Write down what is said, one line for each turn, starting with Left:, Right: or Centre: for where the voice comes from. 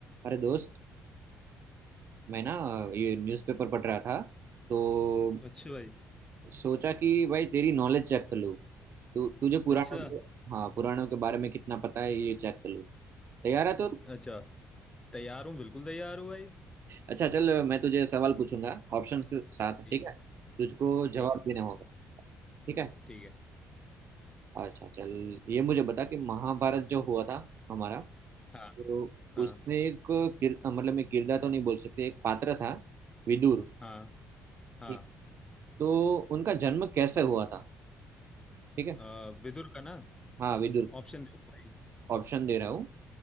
Right: अरे दोस्त मैं ना ये न्यूज़पेपर पढ़ रहा था तो
Left: अच्छा भाई
Right: सोचा कि भाई तेरी नॉलेज चेक कर लूँ तू तुझे पुराणों
Left: अच्छा
Right: के हाँ पुराणों के बारे में कितना पता है ये चेक कर लूँ तैयार है तो
Left: अच्छा तैयार हूँ बिल्कुल तैयार हूँ भाई
Right: अच्छा चल मैं तुझे सवाल पूछूंगा ऑप्शन के साथ
Left: ठीक
Right: ठीक है तुझको
Left: ठीक
Right: जवाब
Left: है
Right: देना होगा ठीक है
Left: ठीक है
Right: अच्छा चल ये मुझे बता कि महाभारत जो हुआ था हमारा
Left: हाँ
Right: तो
Left: हाँ
Right: उसमें एक किर, मतलब मैं किरदार तो नहीं बोल सकते एक पात्र था विदुर
Left: हाँ हाँ
Right: ठीक तो उनका जन्म कैसे हुआ था ठीक है
Left: अ, विदुर का ना
Right: हाँ विदुर
Left: ऑप्शन दे दो भाई
Right: ऑप्शन दे रहा हूँ